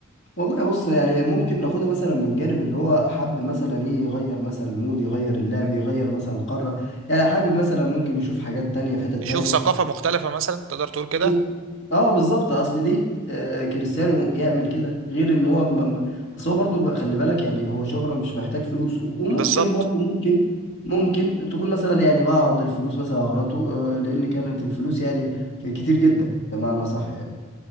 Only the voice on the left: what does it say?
والله بص يعني ممكن ناخدها مثلا من جانب اللي هو حب مثلا ايه يغير مثلا المود يغير اللعب
يغير مثلا القارة يعني حابب مثلا ممكن يشوف حاجات تانية في حتت
تانية
بز- اه بالظبط اصل ليه آه كريستيانو يعمل كده غير ان هو م... م- اصل هو برضه بقى- خلي بالك يعني هو شهرة مش محتاج فلوس و- وممكن
برضه ممكن ممكن تكون مثلا يعني بعض الفلوس مثلا اغرته آه لان كانت الفلوس يعني ك- كتير جدا بمعنى صح يعني.